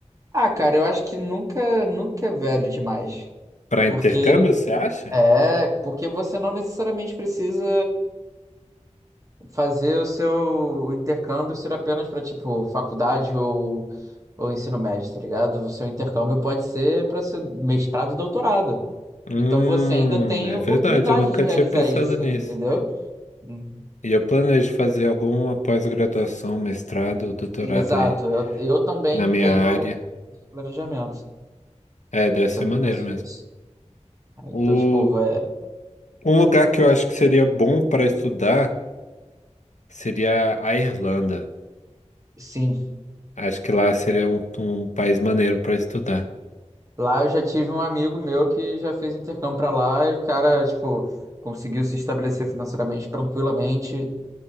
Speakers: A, on the right; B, on the left.
A: Ah, cara, eu acho que nunca, nunca é velho demais.
B: Para
A: Porque
B: intercâmbio, você acha?
A: é, porque você não necessariamente precisa fazer o seu intercâmbio ser apenas para tipo faculdade ou, ou ensino médio, tá ligado? O seu intercâmbio pode ser para ser mestrado e doutorado.
B: Hum,
A: Então você ainda tem
B: é
A: oportunidade
B: verdade, eu nunca
A: de realizar
B: tinha pensado
A: isso,
B: nisso.
A: entendeu? Hum.
B: E eu planejo fazer alguma pós-graduação, mestrado ou doutorado
A: Exato,
B: aí
A: eu, eu também
B: na minha
A: tenho
B: área.
A: planejamento,
B: É, deve
A: eu
B: ser
A: também
B: maneiro
A: faço
B: mesmo.
A: isso. Aí,
B: O,
A: então, tipo, vai-
B: um lugar que eu acho que seria bom para estudar seria a Irlanda.
A: sim,
B: Acho que lá seria um, um país maneiro para estudar.
A: lá eu já tive um amigo meu que já fez intercâmbio pra lá e o cara, tipo, conseguiu se estabelecer financeiramente tranquilamente,